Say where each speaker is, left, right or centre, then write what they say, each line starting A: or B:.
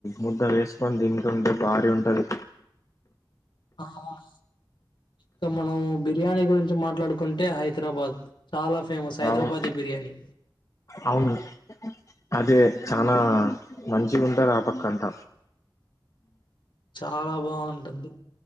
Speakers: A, on the left; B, on the left.
A: ముద్ద వేసుకొని తింటుంటే భారీ ఉంటది
B: ఆ అవును ఇంకా మనం బిర్యానీ గురించి మాట్లాడుకుంటే హైదరాబాద్ చాలా ఫేమస్ హైదరాబాదీ
A: అవును
B: బిర్యానీ
A: అవును అదే చానా మంచిగుంటారు ఆ పక్క అంత
B: చాలా బాగుంటుంది